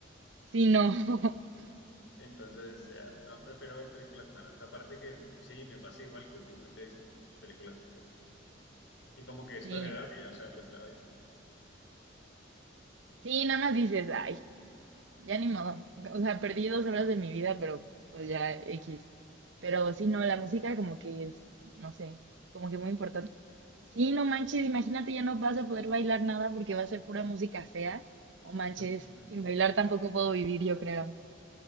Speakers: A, on the right (about 75°); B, on the left (about 80°).
A: Sí, no. <laughs>
B: Entonces, ya, no, prefiero ver películas malas. Aparte que sí, me pasa igual que últimamente he visto muchas películas malas. Y como que es
A: Sí,
B: tolerable, ya, o sea, pues la ves.
A: sí, nada más dices, ay, Ya ni modo. O sea, perdí dos horas de mi vida, pero pues ya X. Pero sí, no, la música como que es, no sé, como que muy importante. Sí, no manches, imagínate, ya no vas a poder bailar nada porque va a ser pura música fea. O manches,
B: <laughs>
A: sin bailar tampoco puedo vivir, yo creo.